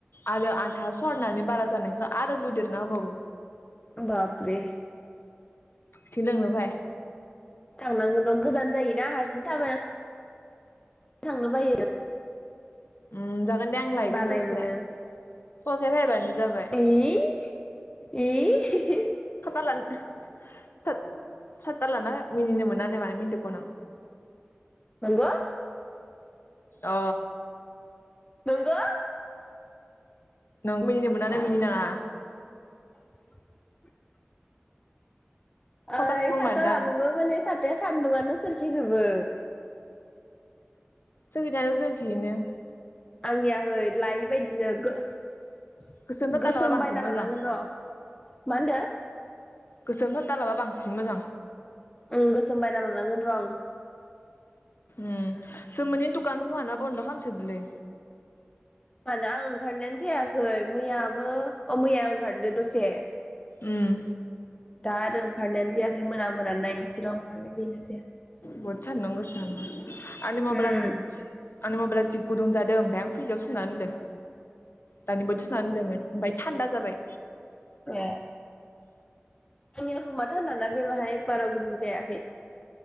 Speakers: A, on the left; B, on the left.
A: आरो आनथा सरनानै बारा जानायखौ आरो लुदेरना होबावो।
B: बाप रे
A: इथिन लोंनो फाय।
B: थांनांगोन र' गोजान जायोना हारसिं थाबायना थांनो बायो।
A: उम जागोन। ओं दे आं लायगोन
B: बानाय
A: ससे
B: मोनो
A: ससे फायबानो जाबाय
B: इ इ
A: खाटा लानो। थोद साता लाना मिनिनो मोना नो मानो मिनिदों आक' नों
B: नंगौ?
A: अ
B: नंगौ?
A: नों मिनिनो मोना नो मिनि नाङा
B: <unintelligible>
A: खजाखौबो
B: ओइ साता
A: मारदां
B: लानोबो माने साताया सान्दुआनो सोरखिजोबो।
A: जोंखिनायाथ' जोंखियोनो
B: आंनियाहै लायै बायदिसो गो-गोसोम
A: गोसोम जाथारलाबा बांसिन
B: बायना
A: मोजां
B: लानांगोन र' मा होनदो।
A: गोसोम थाथालाबा बांसिन मोजां
B: ओं गोसोम बायना लानांगोन र' आं
A: ओं जोमोननि दुखान खोमा न बन्द खालामसोदोंलै
B: आना आं ओंखारनायानो जायाखै मैयाबो अ मैया ओंखारदो दसे से
A: उम
B: दा आरो ओंखारनायानो जायाखै मोना-मोना नायनोसै र ओंखारनो ओरैनोसैया
A: बुहद सानदुं गोसा ना आंनि मबेला
B: उम
A: गुद
B: उम
A: आंनि मबेला जि गुदुं जाद दो ओमफाय आं फैसायाव सोना दोनदो। दानि बोथ सोना दोनदोमोन ओमफाय थान्दा जाबाय।
B: ए आंनिया रुमा थानदाना बेवहाय बारा गुदुं जायाखै।